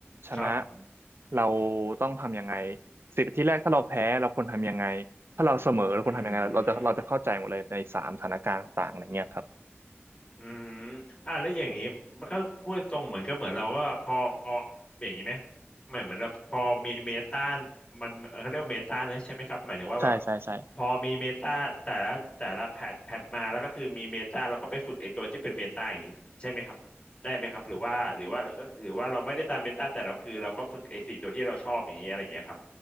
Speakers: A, on the right (about 60°); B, on the left (about 25°).
A: ชนะ
B: ครับ
A: เราต้องทำยังไงสิบนาทีแรกถ้าเราแพ้เราควรทำยังไงถ้าเราเสมอเราควรทำยังไงเราจะเราจะเข้าใจหมดเลยในสามสถานการณ์ต่างๆอะไรเงี้ยครับ
B: อืม อืมอ่ะแล้วอย่างนี้มันก็พูดตรงเหมือนก็เหมือนเราก็พออย่างนี้ไหมไม่เหมือนเราพอมีเมตามันเอ่อเขาเรียกว่าเมตาเนอะใช่ไหมครับหมายถึงว่าแบบ
A: ใช่ใช่ใช่
B: พอมีเมตาแต่ละแต่ละแพทแพทมาแล้วก็คือมีเมตาแล้วก็ไปฝึกไอ้ตัวที่เป็นเมตาอย่างนี้ใช่ไหมครับได้ไหมครับหรือว่าหรือว่าก็คือหรือว่าเราไม่ได้ตามเมตาแต่เราคือเราก็ฝึกไอ้สี่ตัวที่เราชอบอย่างนี้อะไรอย่างเงี้ยครับ